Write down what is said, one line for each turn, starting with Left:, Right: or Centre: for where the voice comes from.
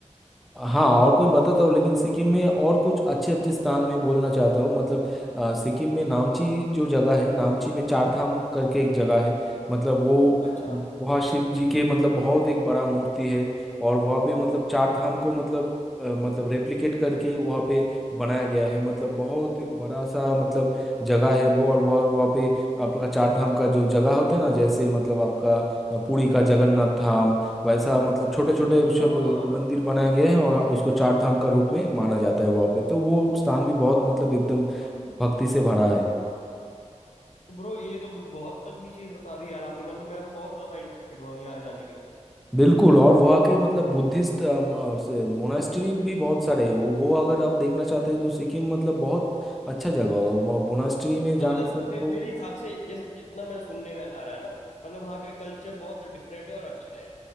Centre: हाँ और कोई बताता हूँ लेकिन सिक्किम में और कुछ अच्छे अच्छे स्थान में बोलना चाहता हूँ मतलब अ, सिक्किम में नामची जो जगह है नामची में चार धाम करके एक जगह है मतलब वो
Left: अच्छा
Centre: वहाँ शिव जी के मतलब बहुत एक बड़ा मूर्ति है और वहाँ पे मतलब चार धाम को मतलब अ, मतलब रेप्लिकेट करके वहाँ पे बनाया गया है मतलब बहुत एक बड़ा सा मतलब जगह है वो और वह वहाँ पे आपका चार धाम का जो जगह होता है ना जैसे मतलब आपका अ, पुरी का जगन्नाथ धाम वैसा मतलब छोटे छोटे सब
Left: हाँ हाँ हाँ
Centre: मंदिर बनाए गए हैं और उसको चार धाम का रूप में माना जाता है वहाँ पे तो वो स्थान भी बहुत मतलब एकदम
Left: हाँ।
Centre: भक्ति से भरा है
Left: तो ब्रो ये तो बहुत तगड़ी चीज बता दी यार आपने मतलब मैं तो बहुत ज्यादा इंटरेस्टेड हुआ यहाँ जाने के लिए
Centre: बिल्कुल और वहाँ के मतलब बुद्धिस्ट मोनास्ट्री भी बहुत सारे हैं वो वो अगर आप देखना चाहते हैं तो सिक्किम मतलब बहुत अच्छा जगह होगा मोनास्ट्री में जाने
Left: हाँ मतलब
Centre: से आपको
Left: मे, मेरे हिसाब से जैसे जितना मैं सुनने में आ रहा है ना मतलब वहाँ पे कल्चर बहुत डिफरेंट है और अच्छा है